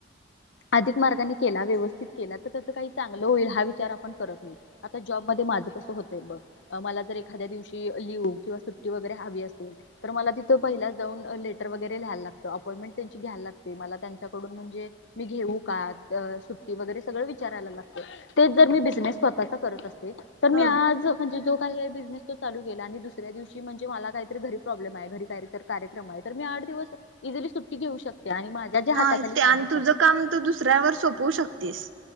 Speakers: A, on the left; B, on the right.
A: अधिक मार्गाने केला व्यवस्थित केला तर. काही चांगलं होईल हा विचार आपण करत नाही आता जॉब मध्ये माझं कसं होतय बघ मला जर एखाद्या दिवशी लिव्ह किंवा सुट्टी वगैरे हवी असेल तर मला तिथं पहिला जाऊन लेटर वगैरे लिहिला लागत अपॉइंटमेंट त्यांची घ्यायला लागते मला त्यांच्याकडून म्हणजे मी घेऊ का सुट्टी वगैरे सगळ. विचारायला तेच जर मी बिजनेस स्वतः करत अस तर मी
B: हा
A: आज म्हणजे जो काही बिझनेस तो चालू केला आणि दुसऱ्या दिवशी म्हणजे मला काहीतरी घरी प्रॉब्लेम आहे घरी काहीतरी कार्यक्रम आहे तर मी आठ दिवस इझिली सुट्टी घेऊ शकते. आणि माझ्या ज्या
B: नाही
A: हाताखाली
B: ते
A: काम
B: आणि
A: असतात
B: तुझं काम तू दुसऱ्यावर सोपवू शकतेस.